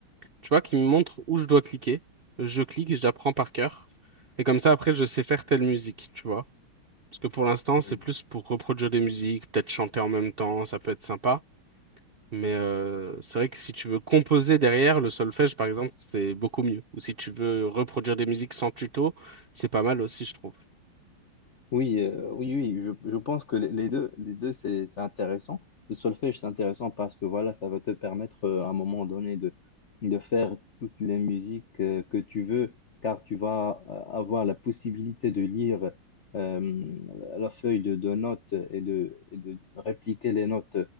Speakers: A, on the right; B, on the left.
A: tu vois, qui me montre où je dois cliquer. Je clique et je l'apprends par cœur. Et comme ça, après, je sais faire telle musique, tu vois. Parce que pour l'instant,
B: Mhm.
A: c'est plus pour reproduire des musiques, peut-être chanter en même temps, ça peut être sympa. Mais euh, c'est vrai que si tu veux composer derrière, le solfège, par exemple, c'est beaucoup mieux. Ou si tu veux reproduire des musiques sans tuto, c'est pas mal aussi, je trouve.
B: Oui, euh, oui, oui, je, je pense que les les deux, les deux, c'est, c'est intéressant. Le solfège, c'est intéressant parce que voilà, ça va te permettre euh, à un moment donné de, de faire toutes les musiques euh, que tu veux, car tu vas euh, avoir la possibilité de lire euh, la feuille de, de notes et de, et de répliquer les notes